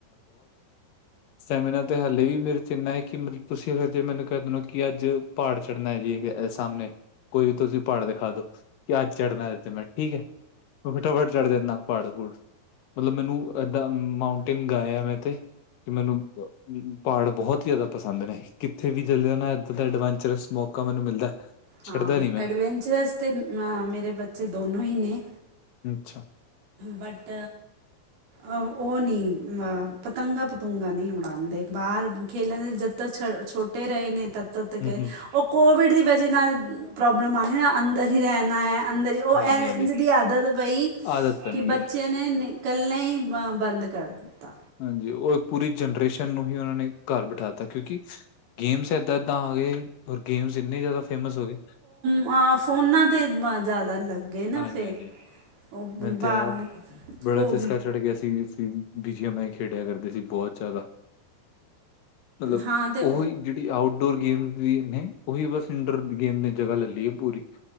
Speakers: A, on the left; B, on the right.
A: ਸਟੈਮੀਨਾਰ ਤੇ ਹਾਲੇ ਵੀ ਮੇਰੇ ਚ' ਏਨਾ ਏ ਕਿ ਮਤਲਬ ਤੁਸੀਂ ਅਗਰ ਜੇ ਮੈਨੂੰ ਕਹਿ ਦੋ ਨਾ ਕਿ ਅੱਜ ਪਹਾੜ ਚੜ੍ਹਨਾ ਜੀ ਸਾਹਮਣੇ, ਕੋਈ ਵੀ ਤੁਸੀਂ ਪਹਾੜ ਦਿਖਾ ਦੋ। ਕਿ ਅੱਜ ਚੜ੍ਹਨਾ। ਇਸ ਤੇ ਮੈਂ ਠੀਕ ਏ। ਫਟਾਫਟ ਚੜ੍ਹ ਦਿੰਦਾ ਪਾੜ- ਪੂੜ। ਮਤਲਬ ਮੈਨੂੰ ਏਦਾਂ ਮਾਉਂਟੇਨ ਗਾਏ ਆ। ਮੈਂ ਤੇ ਕਿ ਮੈਨੂੰ ਪਹਾੜ ਬਹੁਤ ਹੀ ਜ਼ਿਆਦਾ ਪਸੰਦ ਨੇ। ਕਿੱਥੇ? ਤੇ ਵੀ ਚੱਲਦੇ ਨਾ ਇੱਦਾਂ ਦਾ ਐਡਵੈਂਚਰਸ ਮੌਕਾ ਮੈਨੂੰ ਮਿਲਦਾ।
B: ਹਾਂ,
A: ਛੱਡਦਾ ਨੀ ਮੈਂ
B: ਐਡਵੈਂਚਰਸ ਅਤੇ ਮ ਮੇਰੇ ਬੱਚੇ ਦੋਨੋਂ ਹੀ ਨੇ।
A: ਅੱਛਾ।
B: ਬਟ ਉਹ ਨਹੀਂ, ਪਤੰਗਾ -ਪਤੁੰਗਾ ਨਹੀਂ ਉਡਾਉਦੇ। ਬਾਹਰ ਖੇਲਣ ਦੇ ਜ ਤਾਂ ਛ ਛੋਟੇ ਰਹੇ ਨੇ ਤ
A: ਹੂੰ
B: ਗਏ
A: ਹੂੰ
B: ਉਹ। ਕੋਵਿਡ ਦੀ ਵਜ੍ਹਾ ਨਾਲ ਪ੍ਰੋਬਲਮ ਆ ਗਈ ਨਾ ਅੰਦਰ ਹੀ ਰਹਿਣਾ ਏ। ਅੰਦਰ ਹੀ ਉਹ
A: ਹਾਂਜੀ
B: ਇੰਝ
A: ਹਾਂਜੀ
B: ਦੀ ਆਦਤ ਪਈ।
A: ਆਦਤ ਬਣ ਗਈ
B: ਬੱਚਿਆ ਨੇ ਇਕੱਲੇ ਹੀ ਬ ਬੰਦ ਕਰ ਦਿੱਤਾ।
A: ਹਾਂਜੀ। ਉਹ ਪੂਰੀ ਜਨਰੇਸ਼ਨ ਨੂੰ ਹੀ ਉਹਨਾਂ ਨੇ ਘਰ ਬਿਠਾ ਤਾ। ਕਿਉਂਕਿ ਗੇਮਸ ਏਦਾਂ -ਏਦਾਂ ਆ ਗਏ ਔਰ ਗੇਮਸ ਇੰਨੇ ਜ਼ਿਆਦਾ ਫੇਮਸ ਹੋ ਗਏ।
B: ਅ ਫੋਨਾਂ ਤੇ ਜ਼ਿਆਦਾ ਲੱਗੇ ਗਏ ਨਾ
A: ਹਾਂਜੀ
B: ਫਿਰ
A: ਹਾਂਜੀ
B: ਉਹ
A: ਮੈਨੂੰ
B: ਬਾ
A: ਤੇ ਆਪ ਬੜਾ
B: ਕੋ
A: ਚਸਕਾ ਚੜ੍ਹ ਗਿਆ ਸੀ। ਬਜੀਆਂ ਮੈਂ ਹੀ ਖੇਡਿਆ ਕਰਦੇ ਸੀ ਬਹੁਤ ਜ਼ਿਆਦਾ। ਮਤਲਬ
B: ਹਾਂ ਅਤੇ
A: ਉਹ ਹੀ ਜਿਹੜੀ ਆਊਟਡੋਰ ਗੇਮ ਵੀ ਨੇ, ਉਹੀ ਬਸ ਇੰਡੋਰ ਗੇਮ ਨੇ ਜਗ੍ਹਾ ਲੈ ਲਈ ਹੈ ਪੂਰੀ।